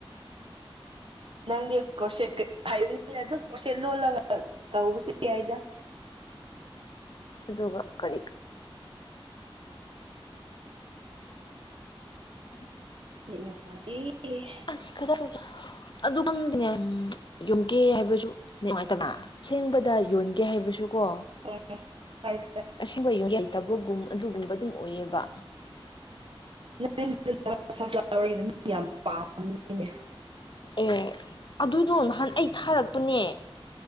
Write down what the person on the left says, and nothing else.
ꯑꯗꯨꯒ ꯀꯔꯤ <unintelligible>
ꯑꯁ ꯈꯛꯇ ꯑꯗꯨ ꯈꯪꯗꯦꯅꯦ ꯌꯨꯝꯒꯦ ꯍꯥꯏꯕꯁꯨ ꯅꯨꯡꯉꯥꯏꯇꯕ꯭ꯔ ꯁꯦꯡꯕꯗ ꯌꯣꯟꯒꯦ ꯍꯥꯏꯕꯁꯨ ꯀꯣ
ꯑꯁꯦꯡꯕ ꯌꯦꯟꯂꯩꯇꯕꯥꯒꯨꯝ ꯑꯗꯨꯒꯨꯝꯕ ꯑꯗꯨꯝ ꯑꯣꯏꯌꯦꯕ
ꯑꯦ ꯑꯗꯨꯗꯣ ꯅꯍꯥꯟ ꯑꯩ ꯊꯥꯔꯛꯄꯅꯦ